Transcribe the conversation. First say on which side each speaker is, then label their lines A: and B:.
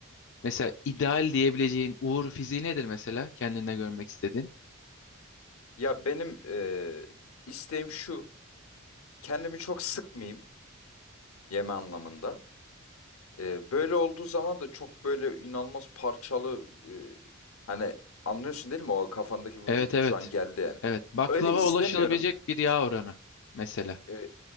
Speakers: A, on the left (about 60°); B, on the left (about 80°).
A: mesela ideal diyebileceğin uğur fiziği nedir mesela kendinde görmek istediğin?
B: Ya benim eee, isteğim şu. Kendimi çok sıkmayayım. Yeme anlamında. Ee, böyle olduğu zaman da çok böyle inanılmaz parçalı e, hani anlıyorsun değil mi? O kafandaki
A: Evet
B: vücut
A: evet.
B: şu an geldi yani.
A: Evet. Baklava
B: Öyle istemiyorum.
A: ulaşılabilecek bir yağ oranı mesela.
B: Ee,